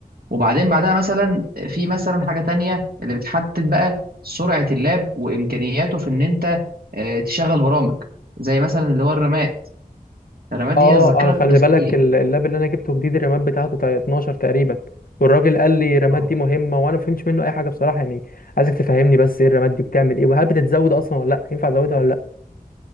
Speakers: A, on the right; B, on the left.
A: وبعدين بعدها مثلا في مثلا حاجة تانية اللي بتحدد بقى سرعة اللاب وإمكانياته في إن أنت آه، تشغل برامج زي مثلا اللي هو الرامات الرامات
B: اه
A: دي هي الذاكرة
B: انا خلي
A: الداخلية
B: بالك ال- اللاب اللي انا جبته جديد الرامات بتاعته تا- 12 تقريبا والراجل قال لي الرامات
A: اه
B: دي مهمه وانا ما فهمتش منه اي حاجه بصراحه يعني عايزك تفهمني بس ايه الرامات دي بتعمل ايه وهل بتتزود اصلا ولا لا ينفع ازودها ولا لا